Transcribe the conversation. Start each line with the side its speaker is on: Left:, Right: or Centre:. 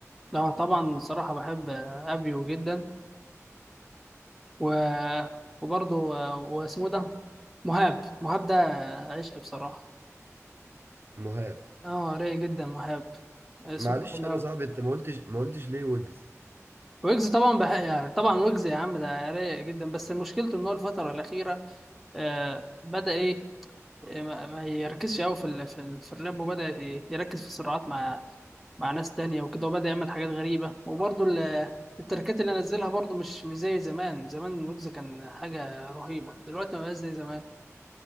Centre: لا طبعا صراحة بحب أبيو جدا و... وبرضه واسمه إيه ده مهاب مهاب ده عشق بصراحة
Right: مهاب
Centre: اه رايق جدا مهاب آه، صوته
Right: معلش
Centre: حلو
Right: انا
Centre: قوي
Right: صاحبي انت ما قلتش ما قلتش ليه ويجز
Centre: ويجز طبعا بح... يعني طبعا ويجز يا عم ده رايق جدا بس مشكلته ان هو الفترة الأخيرة آه بدأ ايه آه، ما ما يركزش قوي في ال... في, ال... في الراب وبدأ ي- يركز في الصراعات مع مع ناس تانية وكده وبدأ يعمل حاجات غريبة وبرضه ال... التركات اللي نزلها برضه مش مش زي زمان زمان ويجز كان حاجة رهيبة دلوقتي ما بقاش زي زمان